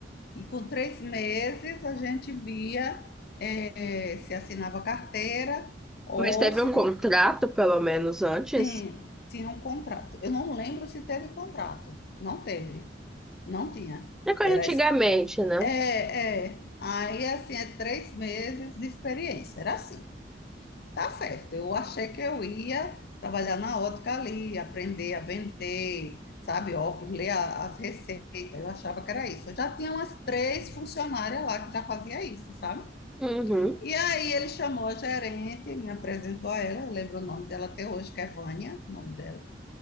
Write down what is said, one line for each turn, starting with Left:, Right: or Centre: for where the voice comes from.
Left: e com três meses a gente via eh, se assinava carteira ou
Centre: Mas teve
Left: se
Centre: um contrato, pelo menos, antes.
Left: tem- tinha um contrato. Eu não lembro se teve contrato. Não teve, não tinha.
Centre: É coisa
Left: Era
Centre: antigamente,
Left: es-
Centre: né?
Left: é, é. Aí assim é três meses de experiência. Era assim. Tá certo. Eu achei que eu ia trabalhar na ótica ali, aprender a vender, sabe, óculos, ler a- as receitas. Eu achava que era isso. Eu já tinha umas três funcionárias lá que já fazia isso, sabe?
Centre: Uhum.
Left: E aí ele chamou a gerente, me apresentou a ela, eu lembro o nome dela até hoje, que é Vânia, o nome dela.